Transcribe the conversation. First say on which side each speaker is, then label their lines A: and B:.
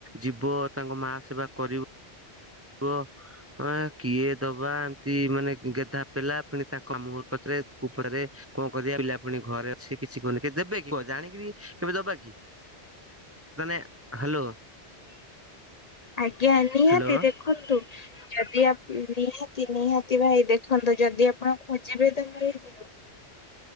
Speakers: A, on the right; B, on the left.
A: ଯିବ। ତାଙ୍କ ମା ସେବା କରିବ। ବ। ଅ ଏ କିଏ ଦବା ଏମତି ମାନେ ଗେଧା ପେଲା ପୁଣି ତାଙ୍କ ମାମୁଁ ଘର ପାଖରେ କୁପରେ। କଣ କରିବା ପିଲା ପୁଣି ଘରେ ଅଛି କିଛି କରୁନି କିଏ ଦେବେ କି କୁହ ଜାଣିକିରି କେବେ ଦବା କି। ମାନେ ହ୍ୟାଲୋ।
B: ଆଜ୍ଞା ନିହାତି
A: ହ୍ୟାଲୋ
B: ଦେଖନ୍ତୁ ଯଦି ଆପ ନିହାତି ନିହାତି। ଭାଇ ଦେଖନ୍ତୁ ଯଦି ଆପଣ ଖୋଜିବେ ତାହଲେ ମିଳିଯିବ।